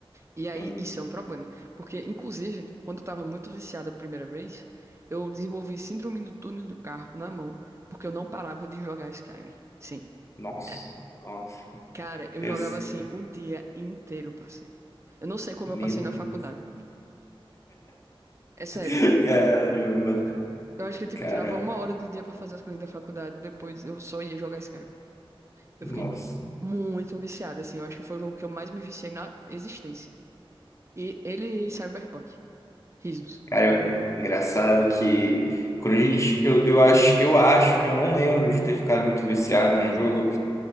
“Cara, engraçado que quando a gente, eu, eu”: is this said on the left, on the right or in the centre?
Left